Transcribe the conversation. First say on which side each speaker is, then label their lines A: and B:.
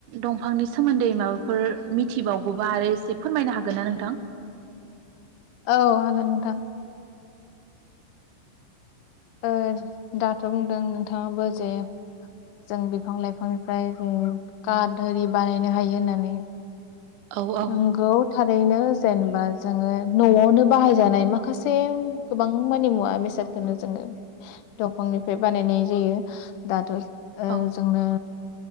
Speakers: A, on the right (about 75°); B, on the left (about 80°).
A: दं फांनि सोमोन्दै माबा फोर मिथिबाव गौबा आरो एसे फोरमायनो हागोन ना नोंथां
B: औ हागोन नोंथां ओ दाथ' बुंदों नोंथाङाबो जे जों बिफां लाइफांनिफ्राय जे काट आरि बानायनो हायो होननानै
A: औ औ
B: नंगौ थारैनो जेनेबा जोङो न'आवनो बाहायजानाय माखासे गोबां मानि मुवा बेसादखौनो। जोङो दंफांनिफ्राय बानायनाय जायो दाथ'। ओ
A: औ
B: जोंनो